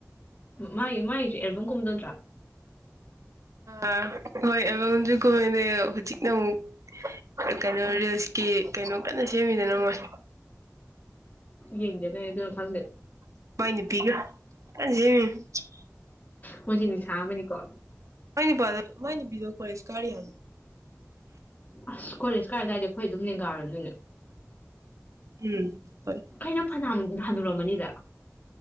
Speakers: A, on the left (about 30°); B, on the right (about 75°).
A: ꯃꯥꯒꯤ ꯃꯥꯒꯤꯁꯨ ꯑꯦꯜꯕꯝ ꯒꯨꯝꯕꯗꯨ ꯅꯠꯇ꯭ꯔꯥ
B: ꯑ ꯍꯣꯏ ꯑꯕꯪꯖꯨꯀꯣꯃꯦꯟꯅꯦ ꯍꯧꯖꯤꯛꯅ ꯑꯃꯨꯛ ꯀꯩꯅꯣ ꯔꯤꯜꯁꯀꯤ ꯀꯩꯅꯣ ꯀꯟꯅ ꯁꯦꯝꯃꯤꯗꯅ ꯃꯣꯏ
A: ꯌꯦꯡꯗꯦ ꯅꯣꯏ ꯑꯗꯨꯅ ꯈꯪꯗꯦ
B: ꯍꯣꯏꯅꯤ ꯒ <unintelligible>
A: ꯃꯣꯏꯁꯤ ꯅꯤꯁꯥꯥꯑꯃꯥꯅꯤꯀꯣ
B: ꯃꯣꯏꯅꯤ ꯐ ꯃꯣꯏꯅꯤ ꯄꯤꯗꯣ ꯀꯁ ꯀꯔꯤ ꯍꯥꯏ
A: ꯑꯁ ꯀꯣꯂꯦꯁ ꯀꯥꯏꯗꯥꯋꯥꯏꯗ ꯑꯩꯈꯣꯏ ꯑꯗꯨꯝ ꯂꯦꯡꯒꯥꯅꯦ
B: ꯎꯝ ꯍꯣꯏ
A: ꯀꯩꯅ ꯐꯅ ꯍꯅꯨꯔꯝꯃꯅꯤꯗ